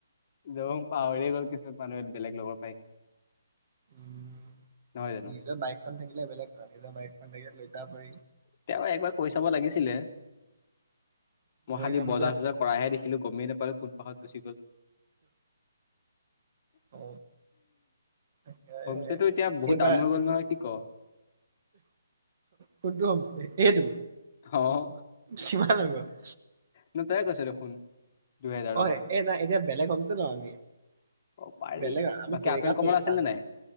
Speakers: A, on the left; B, on the right.
A: য পাহৰি গ'ল কিছু মানুহে বেলেগ লগৰ পাই।
B: উম
A: নহয় জানো
B: নিজৰ বাইকখন থাকিলে বেলেগ আৰু নিজৰ বাইক থাকিলে লৈ যাব পাৰি।
A: তেওঁ একবাৰ কৈ চাব লাগিছিলে। মই খালি
B: যাম
A: বজাৰ
B: যে
A: চজাৰ কৰাহে দেখিলো গমেই নাপালো কোনপাহত গুচি গল।
B: অ তাকে
A: হমষ্টেটো এতিয়া বহুত
B: এইবাৰ
A: দাম হৈ গ'ল নহয়। ক।
B: কোনটো <unintelligible> এইটো?
A: অ
B: কিমান আগৰ? <inaudible>
A: ন তায়েই কৈছে দেখোন। দুহেজাৰ টকা
B: অ' এই নাই এতিয়া বেলেগ হ'মত ন আমি
A: অ পাৰি
B: বেলেগ আমি
A: বাকী
B: চিৰিকাত
A: আপেল কমলা
B: থাকিম
A: আছিল
B: চাগে
A: নে নাই